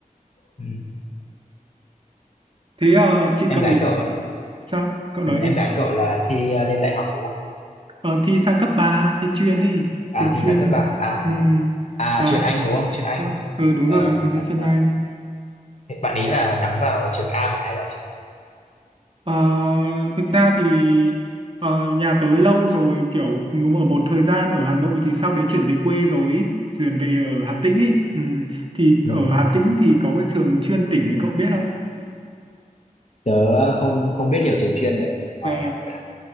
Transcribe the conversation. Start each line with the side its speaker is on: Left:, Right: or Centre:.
Left: Ừ.
Right: Thế ờ, chị
Left: Em
Right: cậu
Left: gái cậu
Right: sao? Cậu nói
Left: ừ,
Right: đi.
Left: em gái cậu là thi à, lên đại học đúng không?
Right: Ờ, thi sang cấp ba thi chuyên ấy,
Left: À
Right: trường
Left: thi
Right: chuyên
Left: sang cấp
Right: ấy.
Left: ba À
Right: Ừ,
Left: à
Right: đó.
Left: chuyên Anh đúng không? Chuyên Anh.
Right: Ừ, ừ, đúng
Left: Ờ
Right: rồi, là thi
Left: sang cấp
Right: chuyên
Left: ba
Right: Anh.
Left: Thế bạn ý là nhắm vào trường Am à hay là trường gì?
Right: Ờ, thực ra thì ờ, nhà tớ lâu rồi kiểu ở một thời gian ở Hà Nội thì sau đấy chuyển về quê rồi ấy. Chuyển về ở Hà Tĩnh ấy. Ừ, thì
Left: Ừ.
Right: ở Hà Tĩnh thì có cái trường chuyên tỉnh ấy cậu biết không?
Left: Tớ ờ, không không biết nhiều trường chuyên ở ngoài
Right: Ờ,
Left: Hà Nội lắm.